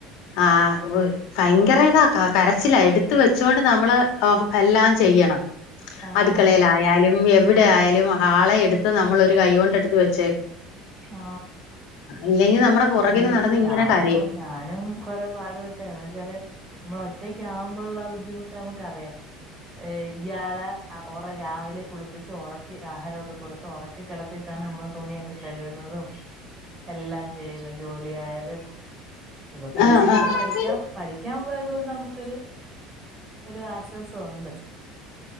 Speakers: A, on the left; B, on the right.
A: ആ ഭയങ്കര ഇതാ കരച്ചില എടുത്ത വെച്ചുകൊണ്ട് നമ്മള് എല്ലാം ചെയ്യണം.
B: ആഹ്
A: അടുക്കളയിലായാലും എവിടെ ആയാലും ഹാളെ എടുത്ത് നമ്മളൊരു കൈകൊണ്ട് എടുത്ത് വെച്ചക്കണം.
B: ആ.
A: ഇല്ലെങ്കിൽ നമ്മുടെ പുറകിന്
B: അയ്യോ
A: നടന്ന് ഇങ്ങനെ
B: ഞാനോ
A: കരയും
B: ഞാനും കൊറെ പാടുപെട്ടെന്ന് വെച്ചാല് നമ്മള് ഒറ്റ <inaudible> ഒറ്റക്ക് ആവുമ്പോ ഉള്ള ബുദ്ധിമുട്ട് നമുക്കറിയാം. ഇയാളെ ഒറ രാവിലെ കുളിപ്പിച്ച് ഉറക്കി ആഹാരമൊക്കെ കൊടുത്ത് ഉറക്ക കിടത്തിട്ടാണ് നമ്മൾ തുണിയൊക്കെ കഴുകുന്നതും എല്ലാം ചെയ്യുന്ന ജോലിയായാലും. ഇപ്പ പിന്നെ
A: ആഹ്
B: സ്കൂള്
A: ആഹ്
B: പഠിക്ക പഠിക്കാൻ പോയത് കൊണ്ട് നമ്മുക്കൊരു. ഒരു ആശ്വാസമുണ്ട്.